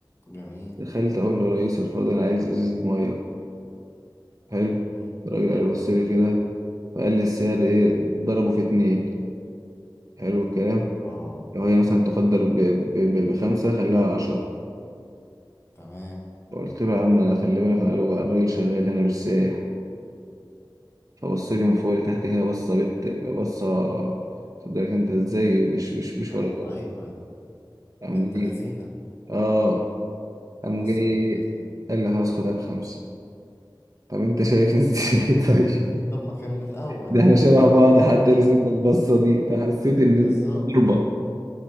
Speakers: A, on the left; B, on the right.
A: جميل
B: دخلت اقول له يا ريس الفاضل انا عايز ازازه ميه حلو
A: مم.
B: الراجل قال بص لي كده فقال لي السعر ايه ضربه في اتنين حلو الكلام
A: اه
B: لو هي مثلا تقدر ب- ب- ب- بخمسة خلاها عشرة
A: تمام
B: قلت له يا عم أنا خلي بالك أنا راجل أنا راجل شغال هنا مش سايح فبص لي من فوق لتحت كده بصة بت بصة خد بالك انت ازاي مش مش مش ولا
A: ايوه
B: كنت
A: ايوه ايوه
B: قام
A: بنت
B: جاي
A: لذينه
B: اه قام
A: بص
B: جاي
A: بنت لذينه
B: قال لي خلاص خدها بخمسة طب انت شايفني ازاي <laughs> طيب
A: <laughs> طب ما كمل الاول
B: ده
A: يا
B: احنا
A: عم
B: شبه بعض حتى لازمة البصة دي فحسيت ان
A: بالظبط
B: انت غربة